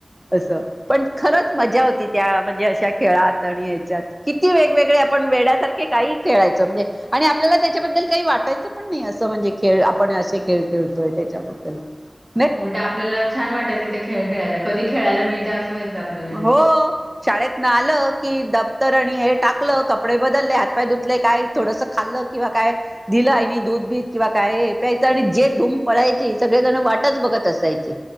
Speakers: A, on the right (about 15°); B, on the right (about 40°).
A: असं पण खरचं मजा होती त्या म्हणजे अशा खेळात आणि याच्यात किती वेगवेगळे आपण वेड्यासारखे काही खेळायचं म्हणजे आणि आपल्याला त्याच्याबद्दल काही वाटायचं पण नाही असं म्हणजे खेळ आपण असे खेळ, खेळतोय त्याच्याबल <unintelligible>
B: उलट आपल्याला छान वाटायचं ते खेळ खेळायला कधी खेळायला मिळते असं व्हायचं आपल्याला नाही.
A: हो. शाळेतन आलं की दफ्तर आणि हे टाकलं कपडे बदलले हातपाय धुतले काय थोडंसं खाल्लं किंवा काय दिल आईनी दूध बीध किंवा काय प्यायचं आणि जे धूम पळायची सगळेजण वाटच बघत असायचे.